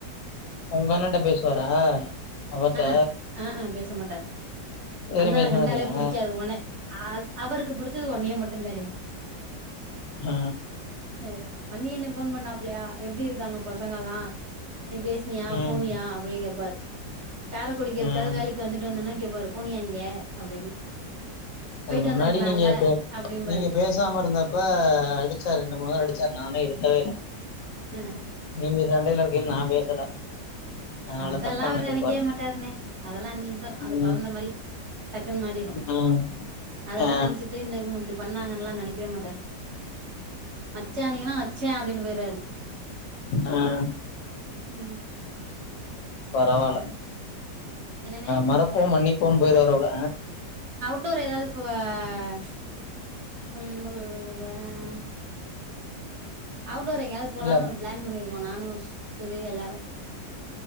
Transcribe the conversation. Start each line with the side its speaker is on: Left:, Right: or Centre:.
Left: உங்க அண்ணன்ட்ட பேசுவாரா அவர்ட்ட
Right: ஆஹஹ் ஆஹ் பேச மாட்டாரு
Left: இதுவரையு
Right: அண்ணன
Left: பேசுனது
Right: கண்டாலே
Left: இல்லையா
Right: புடிக்காது உடனே அது அவருக்கு புடிச்சது உன்னைய மட்டும் தானே
Left: ஆ
Right: ஹ மணி அண்ண ஃபோன் பண்ணாப்பலையா எப்படி இருக்காங்க பசங்க எல்லா நீ பேசினியா
Left: ம்
Right: போனியா அப்டின்னு கேப்பாரு காரைக்குடிக்கு எதுக்காது
Left: ம்
Right: வேலைக்கு வந்துட்டு வந்தேன்ன கேப்பா அப்ற போனியா இங்க அப்டின்னு
Left: அது
Right: போயிட்டு
Left: முன்னாடி
Right: வந்திருக்கலால்ல
Left: நீங்க எப்பயாவது
Right: அப்டிம்பாரு
Left: நீங்க பேசாம இருந்தப்ப அடிச்சாரு ரெண்டு மூணு தர அடிச்சாரு நானே எடுக்கல க்கவே இல்ல
Right: அ
Left: நீங்க சண்டயில இருக்கைல நான் பேசல அதனால
Right: அதெல்லா
Left: தப்பா
Right: அவரு
Left: நெனச்சிருப்பாரு
Right: நினைக்கவே மாட்டருண்ணே அதெல்லா அஞ்சு நிமிஷம்
Left: ம்
Right: அந்த குழந்த மாரி டக்குன்னு மாறிடும்
Left: ம்
Right: அதெல்லா
Left: ஆ
Right: நினைச்சுக்கிட்டு இந்த இவுங்க இப்படி பண்ணாங்கன்னல்லா நினைக்கவே மாட்டாரு வச்ச நீங்கன்னா வச்ச அப்படின்னு போயிருவாரு
Left: ஆஹ்
Right: உம்
Left: பரவாயில்ல
Right: என்னண்ணே
Left: மறப்போம் மன்னிப்போம்னு போயிருவாரு போல
Right: <unintelligible> அவுடோரு எங்கேயாவது போலானு
Left: இல்ல
Right: ஒரு பிளான் பண்ணிருக்கோம் நானு சுவே எல்லாரும்